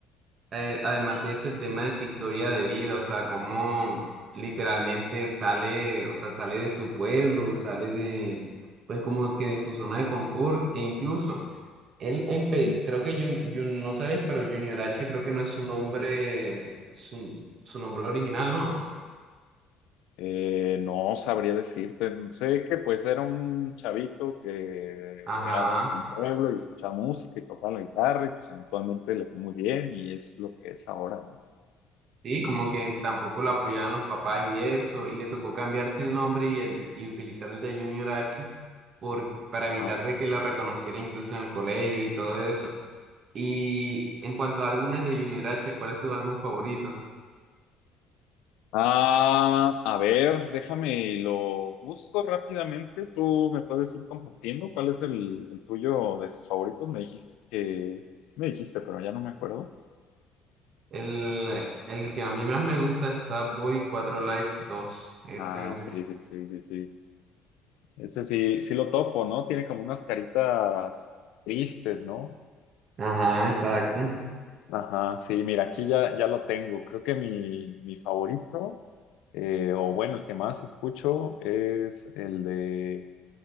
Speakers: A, on the right; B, on the left.
A: Eh, además de eso, el tema de su historia de vida, o sea, cómo literalmente sale, o sea, sale de su pueblo, sale de, pues como que de su zona de confort, e incluso, él, empe-
B: Mm.
A: creo que, Jun- Jun- no sabes, pero Junior H creo que no es su nombre, su, su nombre original, ¿no?
B: Eh, no sabría decirte, sé que pues era un chavito que
A: Ajá,
B: era de algún pueblo y escuchaba música y tocaba la guitarra y pues eventualmente le fue muy bien y es lo que es ahora, ¿no?
A: sí, como que tampoco lo apoyaban los papás y eso, y le tocó cambiarse el nombre y, el, y utilizar el de Junior H por, para evitar
B: Ajá.
A: de que lo reconociera incluso en el colegio y todo eso. Y en cuanto a álbumes de Junior H, ¿cuál es tu álbum favorito?
B: Ah, a ver, déjame y lo busco rápidamente. Tú me puedes ir compartiendo cuál es el, el tuyo de sus favoritos. Me dijiste que, sí me dijiste, pero ya no me acuerdo.
A: El, el que a mí más me gusta es Sad Boy 4 Life 2. Ese,
B: Ah,
A: uff.
B: sí, sí, sí, sí, sí. Ese sí, sí lo topo, ¿no? Tiene como unas caritas tristes, ¿no?
A: Ajá, exacto.
B: Ajá, sí, mira, aquí ya, ya lo tengo. Creo que mi, mi favorito, eh, o bueno, el que más escucho es el de